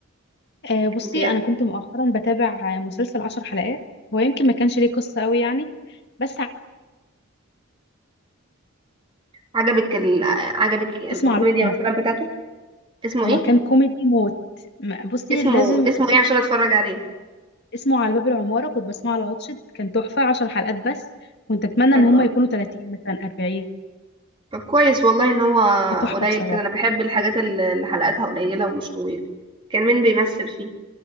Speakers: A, on the left; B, on the right.
A: آه، بصي
B: انت
A: انا كنت مؤخرا بتابع آه، مسلسل عشر حلقات هو يمكن ما كانش ليه قصه قوي يعني بس ع-
B: عجبك ال... عجبك الكوميديا
A: اسمه على باب العماره
B: مثلا بتاعته اسمه
A: هو
B: ايه
A: كان كوميدي موت م- بصي
B: اسمه
A: لازم
B: اسمه ايه عشان اتفرج عليه
A: اسمه على باب العماره كنت بسمعه على واتشت كان تحفه عشر حلقات بس كنت اتمنى
B: حلو
A: ان هم
B: أوي.
A: يكونوا 30 مثلا 40
B: طب كويس والله ان هو
A: هو تحفه
B: قليل
A: بصراحه
B: كده انا بحب الحاجات الل- اللي حلقاتها قليله ومش طويله كان مين بيمثل فيه